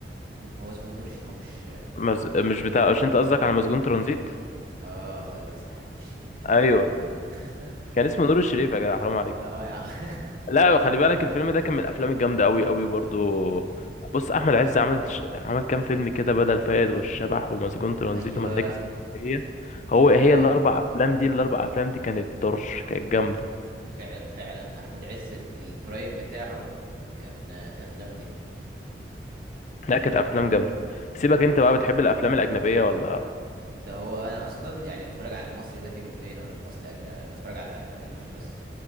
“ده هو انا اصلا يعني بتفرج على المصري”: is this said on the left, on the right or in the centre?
Right